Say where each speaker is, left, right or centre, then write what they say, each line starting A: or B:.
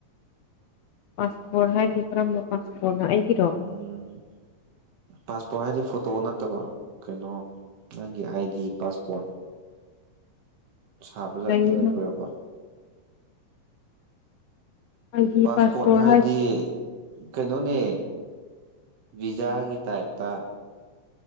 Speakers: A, on the left; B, on the right.
A: ꯄꯥꯁꯄꯣꯔꯠ ꯍꯥꯏꯗꯤ ꯀꯔꯝꯕ ꯄꯥꯁꯄꯣꯔꯠꯅꯣ ꯑꯩꯒꯤꯔꯣ
B: ꯎꯝ ꯄꯥꯁꯄꯣꯔꯠ ꯍꯥꯏꯗꯤ ꯐꯣꯇꯣ ꯅꯠꯇꯕ ꯀꯩꯅꯣ ꯅꯪꯒꯤ ꯑꯥꯏ ꯗꯤ ꯄꯥꯁꯄꯣꯔꯠ ꯁꯥꯕꯖꯥꯇ
A: ꯂꯩꯌꯦꯅ
B: ꯂꯩꯕ꯭ꯔꯔꯕ
A: ꯑꯩꯒꯤ
B: ꯄꯥꯁꯄꯣꯠ
A: ꯄꯥꯁꯄꯣꯔꯠ
B: ꯍꯥꯏꯗꯤ ꯀꯩꯅꯣꯅꯦ ꯚꯤꯖꯥꯒꯤ ꯇꯥꯏꯞꯇ